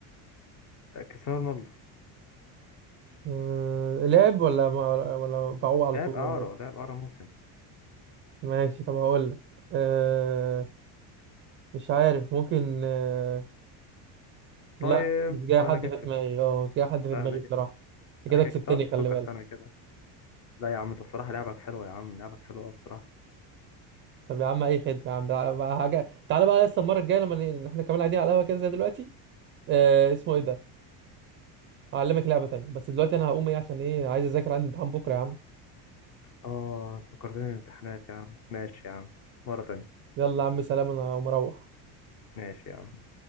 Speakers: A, on the left; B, on the right.
A: آه، كريستيانو رونالدو
B: أه... لعب ولا ما... ولا بعوق على
A: لاعب
B: طول
A: إعارة
B: ولا ايه
A: لاعب إعارة موسم
B: ماشي طب هقول لك أه... مش عارف ممكن أه... لا
A: طيب
B: مش جاي
A: طيب
B: حد
A: أنا كسبت
B: في دماغي اه مش جاي حد في
A: طيب
B: دماغي
A: أنا كسبت
B: بصراحة أنت
A: أنا
B: كده
A: كسبت
B: كسبتني
A: طب
B: خلي
A: تفكر
B: بالك
A: في أنا كده لا يا عم أنت بصراحة لعبك حلوة يا عم لعبك حلوة أوي بصراحة
B: طب يا عم اي خدمة يا عم تع- بقى حاجة تعالى بقى لسه المرة الجاية لما ن- احنا كمان قاعدين على القهوة كده زي دلوقتي أه... اسمه ايه ده هعلمك لعبة تانية بس دلوقتي انا هقوم ايه عشان ايه عايز اذاكر عندي امتحان بكرة يا عم
A: اه فكرتني الامتحانات يا عم ماشي يا عم مرة تانية
B: يلا يا عم سلام انا هقوم اروح
A: ماشي يا عم